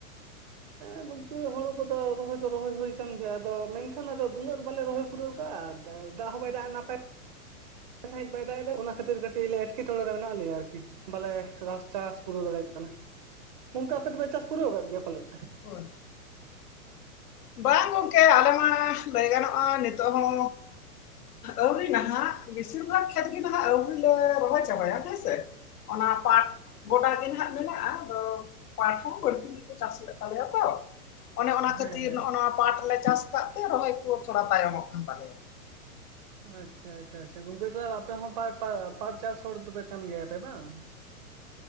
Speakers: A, on the right (about 35°); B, on the left (about 85°).
A: ᱦᱮᱸ ᱜᱚᱝᱠᱮ ᱦᱚᱲᱩ ᱠᱚᱫᱚ ᱨᱚᱦᱚᱭ ᱫᱚ ᱨᱚᱦᱚᱭ ᱦᱩᱭ ᱟᱠᱟᱱ ᱜᱮᱭᱟ ᱟᱫᱚ ᱢᱮᱱᱠᱷᱟᱱ ᱟᱫᱚ ᱩᱱᱟᱹᱜ ᱫᱚ ᱵᱟᱞᱮ ᱨᱚᱦᱚᱭ ᱯᱩᱨᱟᱹᱣ ᱟᱠᱟᱜᱼᱟ᱾ ᱫᱟᱜ ᱦᱚ ᱵᱚᱭ ᱫᱟᱜ ᱱᱟᱯᱟᱭ ᱥᱟᱸᱦᱤᱡ ᱵᱟᱭᱮᱫᱟ ᱚᱱᱟ ᱠᱷᱟᱹᱛᱤᱨ ᱠᱟᱹᱴᱤᱡ ᱮᱴᱠᱮᱴᱚᱬᱮ ᱢᱮᱱᱟᱜ ᱞᱮᱭᱟ ᱟᱨᱠᱤ ᱾ ᱵᱟᱞᱮ ᱨᱟᱥ ᱪᱟᱥ ᱯᱩᱨᱟᱹᱣ ᱫᱟᱲᱮᱭᱟᱜ ᱠᱟᱱᱟ ᱱᱚᱝᱠᱟ ᱟᱯᱮ ᱫᱚᱯᱮ ᱪᱟᱥ ᱯᱩᱨᱟᱹᱣ ᱟᱠᱟᱫ ᱜᱮᱭᱟ ᱯᱟᱞᱮᱫ ᱾
B: ᱦᱳᱭ ᱵᱟᱝ ᱜᱚᱝᱠᱮ ᱟᱞᱮ ᱢᱟ ᱞᱟᱹᱭ ᱜᱟᱱᱚᱜᱼᱟ ᱱᱤᱛᱚᱜ ᱦᱚᱸ ᱟᱹᱣᱨᱤ ᱱᱟᱦᱟᱜ ᱾ ᱵᱮᱥᱤᱨ ᱵᱷᱟᱜᱽ ᱠᱷᱮᱛ ᱜᱮ ᱱᱟᱦᱟᱜ ᱟᱹᱣᱨᱤ ᱞᱮ ᱨᱚᱦᱚᱭ ᱪᱟᱵᱟᱭᱟ ᱦᱮᱸᱥᱮ ᱾ ᱚᱱᱟ ᱯᱟᱴ ᱜᱚᱰᱟ ᱜᱮ ᱦᱟᱸᱜ ᱢᱮᱱᱟᱜᱼᱟ ᱟᱫᱚ ᱯᱟᱴ ᱦᱚᱸ ᱵᱟᱹᱲᱛᱤ ᱜᱮᱠᱚ ᱪᱟᱥ ᱞᱮᱫ ᱛᱟᱞᱮᱭᱟ ᱛᱚ ᱚᱱᱮ ᱚᱱᱟ ᱠᱷᱟᱹᱛ
A: ᱦᱮᱸ ᱦᱮᱸ
B: ᱚᱱᱟ ᱯᱟᱴ ᱞᱮ ᱪᱟᱥ ᱟᱠᱟᱫ ᱛᱮ ᱨᱚᱦᱚᱭ ᱠᱚ ᱛᱷᱚᱲᱟ ᱛᱟᱭᱚᱢᱚᱜ ᱠᱟᱱ ᱛᱟᱞᱮᱭᱟ ᱾
A: ᱟᱪᱪᱷᱟ ᱟᱪᱪᱷᱟ ᱟᱪᱪᱷᱟ ᱜᱚᱝᱠᱮ ᱛᱟᱦᱚᱞᱮ ᱟᱯᱮ ᱦᱚᱸ ᱯᱟᱲ ᱯᱟ ᱯᱟᱴ ᱪᱟᱥ ᱦᱚᱲ ᱫᱚᱯᱮ ᱠᱟᱱ ᱜᱮᱭᱟᱯᱮ ᱵᱟᱝ ᱾